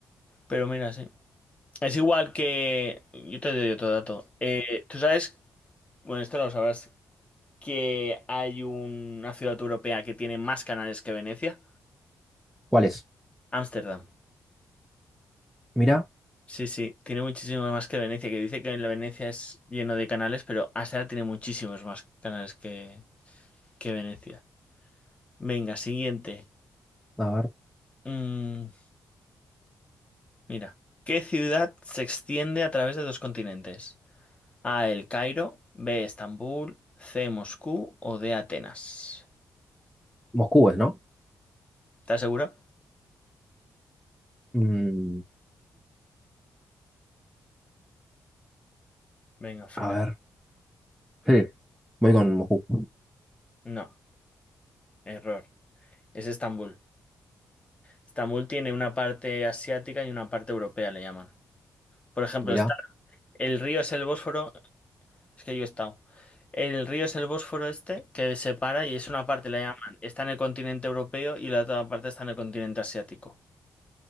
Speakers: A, on the left (about 20°); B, in the centre.
A: Pero mira, sí. Es igual que... Yo te doy otro dato. Eh, Tú sabes, bueno, esto lo sabrás, que hay una ciudad europea que tiene más canales que Venecia?
B: ¿Cuál es?
A: Ámsterdam.
B: Mirá,
A: Sí, sí, tiene muchísimos más que Venecia, que dice que la Venecia es lleno de canales, pero Ámsterdam tiene muchísimos más canales que, que Venecia. Venga, siguiente.
B: a ver.
A: Mm, mira, ¿qué ciudad se extiende a través de dos continentes? A, El Cairo, B, Estambul, C, Moscú o D, Atenas.
B: Moscú es, ¿no?
A: ¿Estás seguro?
B: Mm,
A: Venga, final.
B: a ver. Sí. Voy con Moscú.
A: No, error. Es Estambul. Estambul tiene una parte asiática y una parte europea, le llaman. Por ejemplo,
B: mira
A: está, el río es el Bósforo, es que yo he estado. El río es el Bósforo este, que separa y es una parte, la llaman, está en el continente europeo y la otra parte está en el continente asiático.